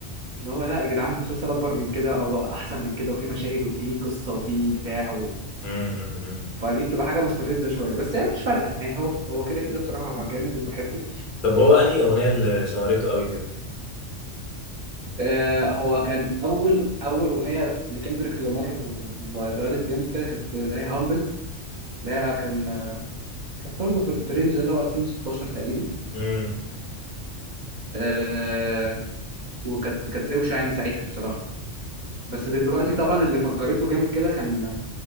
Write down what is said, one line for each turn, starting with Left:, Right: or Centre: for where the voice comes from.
Right: اللي هو لا يا جدعان مسلسل أكبر من كده أو أحسن من كده وفي مشاهد وفي قصة وفي بتاع و...
Left: امم
Right: فدي بتبقى حاجة مستفزة شوية بس هي مش فارقة يعني هو هو كده كده بصراحة جامد وبحبه
Left: طب هو انهي اغنيه اللي شهرته قوي كده
Right: آه هو كان اول اول اغنيه لكندريك لامار فايرالت جامد كده كانت اللي هي هامبل اللي هي كان كانت برضه في الفرنج ده اللي هو 2016 تقريبا
Left: امم
Right: آه وكانت كانت روشه يعني ساعتها بصراحه بس دلوقتي طبعا اللي فجرته جامد كده كان